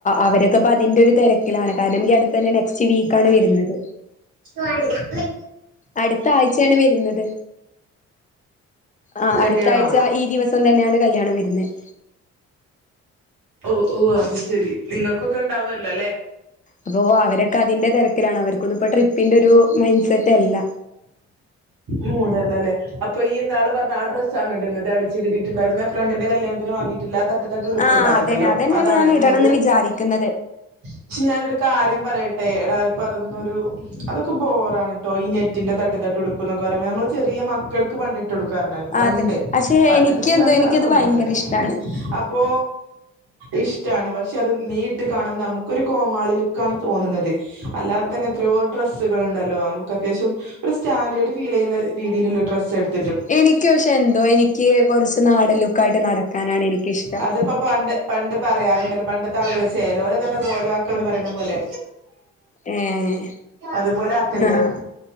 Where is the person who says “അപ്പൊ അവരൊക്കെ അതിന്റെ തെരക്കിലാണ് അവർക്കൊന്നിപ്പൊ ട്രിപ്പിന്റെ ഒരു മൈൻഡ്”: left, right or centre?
Left